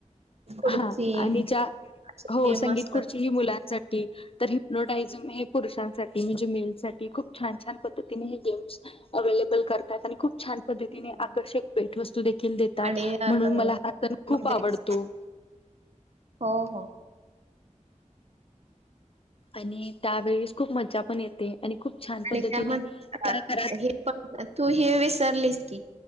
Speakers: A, on the right; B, on the left.
A: खुर्ची
B: हा आणि ज्या
A: असे
B: हो
A: गेम
B: संगीत
A: असतात.
B: खुर्ची ही मुलांसाठी तर नोटायझम हे पुरुषांसाठी म्हणजे मेलसाठी, खूप छान छान पद्धतीने हे गेम्स अवेलेबल करतात आणि खूप छान पद्धतीने
A: हो.
B: आकर्षक भेटवस्तू दे खील देतात,
A: आणि अ,
B: म्हणून मला हा सण खूप
A: मध्येच
B: आवडतो.
A: हो हो.
B: आणि त्यावेळेस खूप मज्जापण येते. आणि खूप छान
A: आणि
B: पद्धतीने
A: त्यामध्ये
B: त्या घरात
A: हेपण तू हे विसरलीस की.